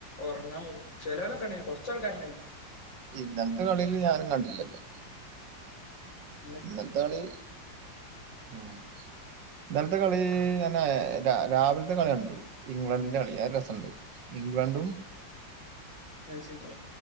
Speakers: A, on the left; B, on the right.
A: ഒറങ്ങാൻ പോയി ചെലോലൊക്കെ ണ്ടായിന്ന് കൊറച്ചാൾക്കാരണ്ടായി ന്ന്
B: ഇന്നലത്തെ കളിയിൽ ഞാനും കണ്ടില്ലല്ലോ
A: ഉം
B: ഇന്നൽത്തെ കളി ഉം ഇന്നലത്തെ കളി ഞാ നാ ര രാ രാവിലത്തെ കളി കണ്ടു ഇംഗ്ലണ്ടിന്റെ കളി അത് രസണ്ട് ഇംഗ്ലണ്ട് ടും
A: മെക്സിക്കോ